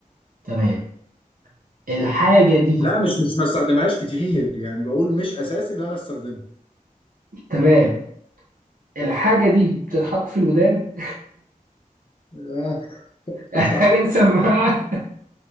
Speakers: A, on the right (about 75°); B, on the left (about 35°).
A: تمام الحاجة دي
B: لا مش مش ما استخدمهاش كتير يعني بقول مش اساسي ان انا استخدمها
A: تمام الحاجة دي بتتحط في الودان
B: آه <laughs>
A: <laughs> حاجة
B: صح
A: دي سماعة